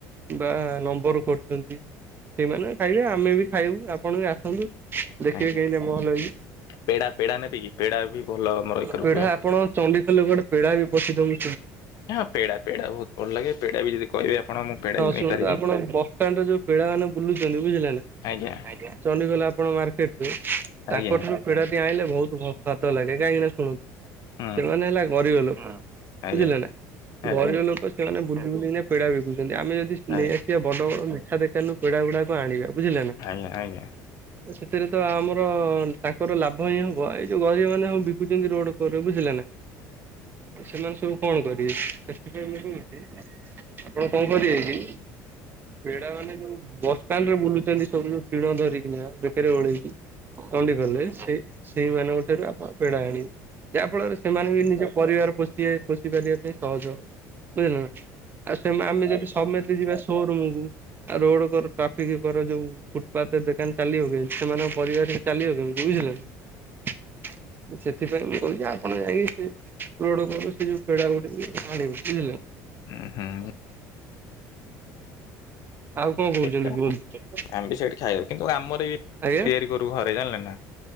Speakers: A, on the right; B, on the left.
A: ବା ନମ୍ବର କରୁଛନ୍ତି। ସେଇମାନେ ଖାଇବେ ଆମେ ବି ଖାଇବୁ ଆପଣ ବି ଆସନ୍ତୁ। ଟେ
B: ଆଜ୍ଞା
A: କ ଭଲ ହେଇଛି
B: ପେଡା ପେଡା ନେବେ କି ପେଡା ବି ଭଲ ଆମର ଏକରେ
A: ପେଢା
B: ହୁଏ
A: ଆପଣ ଚ ଖାଇଲେ ଗୋଟେ ପୋଦ ବି ପି ତମୁୁ
B: ହଁ ପେଡା ପେଡା ବହୁତ ଭଲ ଲାଗେ ପେଡା ବି ଯଦି କହିବେ ଆପଣ ମୁଁ ପେଡା ବି ନେଇପାରିବି
A: ଶୁଣନ୍ତୁ ଆପଣ ପିଲାମାନେ ବୁଲୁଛନ୍ତି ବୁଝିଲ ନା
B: ଆଜ୍ଞା
A: ଚଣ୍ଡିଖୋଲ ଆପଣ ମାର୍କେଟରେ
B: ଆଜ୍ଞା
A: ତାଙ୍କଠାରୁ ପେଡାଟି ଆଣିଲେ ବହୁତ ସ୍ୱାଦ ଲାଗେ କାହିଁକି ନା ଶୁଣନ୍ତୁ।
B: ହୁଁ
A: ସେମାନେ ହେଲା ଗରିବ ଲୋକ
B: ଆଜ୍ଞା
A: ବୁଝିଲେ ନା
B: ଆଜ୍ଞା
A: ଗରିବ ଲୋକ ସେମାନେ ବୁ ନା ପେଡ଼ା ବିକୁଛନ୍ତି ଆମେ ଯଦି
B: ଆଜ୍ଞା
A: ନେଇ ଆସିବା ବଡ ବଡ ମିଠା ଦେଖାନ ନୁ ପେଡ଼ାଗୁଡାକ ଆଣିବା ବୁଝିଲେ ନା।
B: ଆଜ୍ଞା ଆଜ୍ଞା।
A: ସେଥିରେ ତ ଆମର ତାଙ୍କର ଲାଭ ହିଁ ହବ ଏଇ ଯୋଉ ଗରିବୀ ମାନେ ହବ ବିକୁଛନ୍ତି ରୋଡ ଉପରେ ବୁଝିଲ ନା ସେମାନେ ସବୁ କଣ କରିବି ସେଥିପାଇଁ ମୁଁ କହୁଛି ଆପଣ କଣ କରିବେ କି ପିଲା ମାନେ ଯୋଉ ବସଷ୍ଟାଣ୍ଡରେ ବୁଲୁଛନ୍ତି ସବୁ ଯୋଉ ଟିଣ ଧରିକିନା ରେ ଓଳେଇକି ଚଣ୍ଡୀଖୋଲରେ ସେ ସେଇମାନଙ୍କ ଠାରୁ ଆପଣ ପେଡ଼ା ଆଣିବେ। ଯାହା ଫଳରେ ସେମାନେ ବି ନିଜ ପରିବାର ପୋଷି ପୋଷି ପାରିବା ପାଇଁ ସହଜ ହବ। ବୁଝିଲେ ନା ଆଉ ସେ ଆମେ ଯଦି ସମୟ ଯିବା ସୋରୁମକୁ ରୋଡ କର ଟ୍ରାଫିକ କର ଯୋଉ ଫୁଟପାଥ ଦାନ ଚାଲିବ ସେମାନଙ୍କ ପରିବାର ଟିକେ ଚାଲିବ କେମିତି ବୁଝିଲେନା? ସେ ସେଥିପାଇଁ ମୁଁ କରୁଛି ଆପଣ ଯାଇକି ସେଇ ଯୋଉ ରୋଗ ଉପରକୁ ପେଡା ଗୁଡିକି ଆଣିବେ ବୁଝିଲେ।
B: ହୁଁ ହୁଁ।
A: ଆଉ କଣ କହୁଛନ୍ତି
B: ଦେଖିଆ
A: କୁହନ୍ତୁ?
B: ଆମେ ବି ସେଇଠି ଖାଇବା କିନ୍ତୁ ଆମର ବି
A: ଆଜ୍ଞା
B: ତିଆରି କରୁ ଘରେ ଜାଣିଲେ ନା